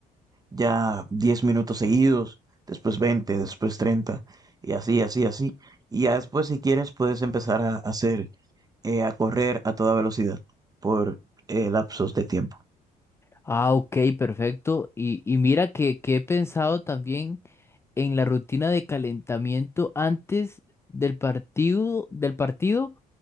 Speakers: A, on the right; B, on the left.
A: ya 10 minutos seguidos, después 20, después 30, y así, así, así. Y ya después si quieres puedes empezar a hacer, eh, a correr a toda velocidad por eh, lapsos de tiempo.
B: Ah, ok, perfecto. Y, y mira que, que he pensado también en la rutina de calentamiento antes del partido, del partido